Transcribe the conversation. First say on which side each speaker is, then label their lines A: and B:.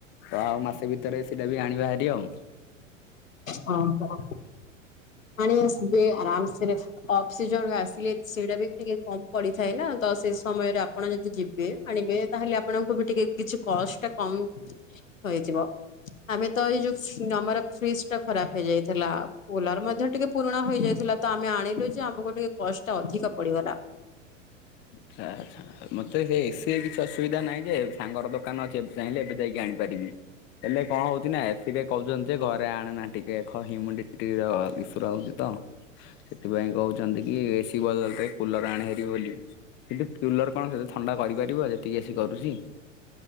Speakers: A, on the left; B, on the left.
A: ତ ଆଉ ମାସେ ଭିତରେ ସେଇଟା ବି ଆଣିବାହାରି ଆଉ।
B: ହ ହ ପାଣି ଆରାମ ସେଖ <unintelligible> ଅଫ ସିଜନ ଆସିଲେ ସେଇଟା ବି ଟିକେ କମ ପଡିଥାଏ ନା ତ ସେ ସମୟରେ ଆପଣ ଯଦି ଯିବେ ଆଣିବେ ତାହେଲେ ଆପଣଙ୍କୁ ବି ଟିକେ କିଛି କଳସ ଟା କମ ହେଇଯିବ ଆମେ ତ ଏଇ ଯୋଉ ଆମର ଫ୍ରିଜ ଟା ଖରାପ ହେଇଯାଇଥିଲାଉ କୁଲର ମଧ୍ୟ ଟିକେ ପୁରୁଣା ହେଇଯାଇଥିଲା ତ ଆମେ ଆଣିଲୁ ଯେ ଆମକୁ ଟିକେ କଷ୍ଟ ଟା ଅଧିକ ପଡିଗଲା।
A: ଆଚଛା ଆଛା <unintelligible> ଆଉ ମତେ ସେ ଏସିରେ କିଛି ଅସୁବିଧା ନାହିଁ ଯେ ସାଙ୍ଗର ଦୋକାନ ଅଛି ଏବେ ଚାହିଁଲେ ଏବେ ଯାଇକି ଆଣିପାରିବି। ହେଲେ କଣ ହଉଛି ନା ଏସିକେ କହୁଛନ୍ତି ଯେ ଘରେ ଆଣେ ନା ଟିକେ ହ୍ୟୁମିଡିର ବିସୁରା ହଉଛି ତ ସେଥିପାଇଁ କହୁଛନ୍ତି କି ଏସି ବଦଲରେ କୁଲର ଆଣି ହୋରିବି ବୋଲି କିନ୍ତୁ କୁଲର କଣ ସେତ ଥଣ୍ଡା କରିପାରିବ ଯେତିକି ଏସି କରୁଛି।